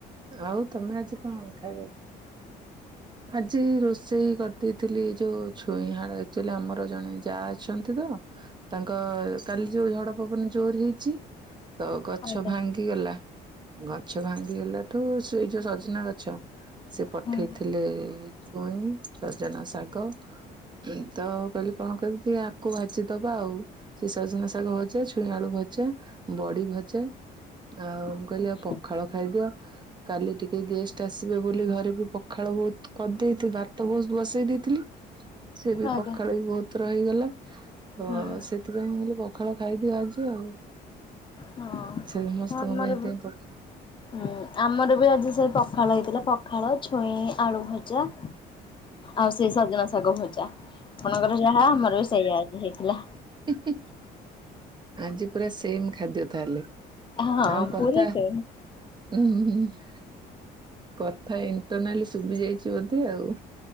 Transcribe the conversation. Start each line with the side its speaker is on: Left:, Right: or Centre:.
Right: ଆଉ ତମେ ଆଜି କଣ ଖାଇ ଆଜି ରୋଷେଇ କରିଦେଇଥିଲି ଯୋଉ ଛୁଇଁ ହାଡ ଆକ୍ଚୋଲି ଆମର ଜଣେ ଯା ଅଛନ୍ତି ତ। ତାଙ୍କ କାଲି ଯୋଉ ଝଡ ପବନ ଜୋର ହେଇଛି ତ
Left: ଆଜ୍ଞା।
Right: ଗଛ ଭାଙ୍ଗି କିଗଲା ଗଛ ଭାଙ୍ଗିଗଲାଠୁ ସେଇ ଯୋଉ ସଜନା ଗଛ ସେ ପଠେଇଥିଲେ
Left: ଆଜ୍ଞା
Right: ଛୁଇଁ ସଜନା ଶାଗ। ତ କହିଲି କଣ କହି ଆକୁ ଭାଜିଦବା ଆଉ। ସେ ସଜନା ଶାଗ ଭଜା ଛୁଇଁଆଳୁ ଭଜା ବଡି ଭଜା। ଆଉ
Left: ଆଚ୍ଛା।
Right: ମୁଁ କହିଲି ପଖାଳ ଖାଇଦିଅ। କାଲି ଟିକେ ଗେଷ୍ଟ ଆସିବେ ବୋଲି ଘରେ ବି ପଖାଳ ବହୁତ୍ କରିଦେଇଥିଲି ଭାତ ବହୁ ବସେଇ ଦେଇଥିଲି। ସେ ବି
Left: ଆଜ୍ଞା।
Right: ପଖାଳୁ ବି ବହୁତ ର ହେଇଗଲା ତ
Left: ହୁଁ।
Right: ସେ ସେଥିପାଇଁ ମୁଁ ପଖାଳ ଖାଇଦିଅ ଆଜି ଆଉ
Left: ହଁ
Right: ସେ ସମସ୍ତଙ୍କ
Left: ଆମର
Right: ପାଇଁ ସେଥିପାଇଁ
Left: ବି
Right: ପଖା
Left: ହୁଁ ଆମର ବି ଆଜି ସେଇ ପଖାଳ ହେଇଥିଲା ପଖାଳ ଛୁଇଁ ଆଳୁ ଭଜା। ଆଉ ସେଇ ସଜନା ଶାଗ ଭଜା ଆପଣଙ୍କର ଯାହା ଆମର ବି ସେଇଆ ଆଜି ହେଇଥିଲା।
Right: ହୁଁ ହୁଁ ଆଜି ପୁରା ସେମ ଖାଦ୍ୟ ତାହେଲେ?
Left: ହଁ
Right: ଆମ କତା
Left: ପୁରା ସେମ୍।
Right: ଉଁ <unintelligible> କଥା ଇଣ୍ଟରନାଲି ଶୁଭିି ଯାଇଛି ବୋଧେ ଆଉ?